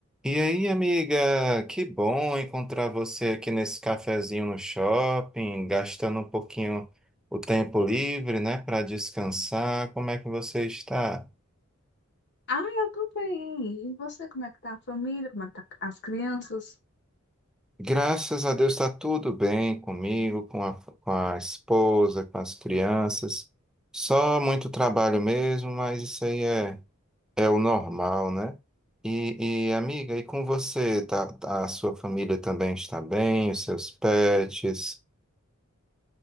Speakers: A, in the centre; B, on the left (about 55°).
A: E aí, amiga, que bom encontrar você aqui nesse cafezinho no shopping, gastando um pouquinho o tempo livre, né, para descansar. Como é que você está?
B: Ah, eu tô bem. E você, como é que tá a família? Como é que tá as crianças?
A: Graças a Deus está tudo bem comigo, com a, com a esposa, com as crianças. Só muito trabalho mesmo, mas isso aí é, é o normal, né? E, e amiga, e com você? Tá, tá- a sua família também está bem? Os seus pets?